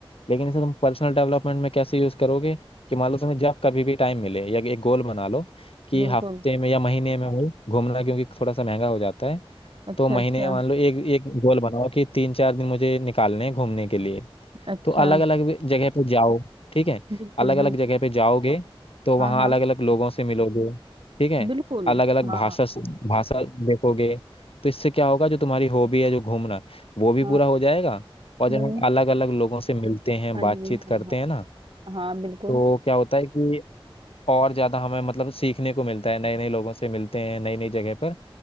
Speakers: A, on the left; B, on the right.
A: लेकिन इसे तुम पर्सनल डेवलपमेंट में कैसे यूज करोगे कि मान लो तुम्हें जब कभी भी टाइम मिले या एक गोल बना लो कि
B: बिल्कुल
A: हफ्ते में या महीने में भाई घूमना क्योंकि थोड़ा सा महंगा हो जाता है
B: अच्छा
A: तो महीने
B: अच्छा
A: में मान लो एक एक गोल बनाओ कि तीन चार दिन मुझे निकालने हैं घूमने के लिए
B: अच्छा
A: तो अलग अलग जगह पे जाओ ठीक है
B: बिल्कुल
A: अलग अलग
B: बिल्कुल
A: जगह पे जाओगे तो
B: हाँ
A: वहाँ
B: हाँ
A: अलग अलग लोगों से मिलोगे ठीक है
B: बिल्कुल
A: अलग अलग
B: हाँ
A: भाषा
B: हाँ
A: से भाषा देखोगे तो इससे क्या होगा जो तुम्हारी हॉबी है जो घूमना वो भी
B: हाँ
A: पूरा हो जाएगा और
B: हम्म
A: जब हम अलग अलग लोगों से मिलते हैं
B: हाँ
A: बातचीत
B: जी हाँ
A: करते हैं ना
B: हाँ बिल्कुल
A: तो क्या होता है कि और ज़्यादा हमें मतलब सीखने को मिलता है नए नए लोगों से मिलते हैं नई नई जगह पर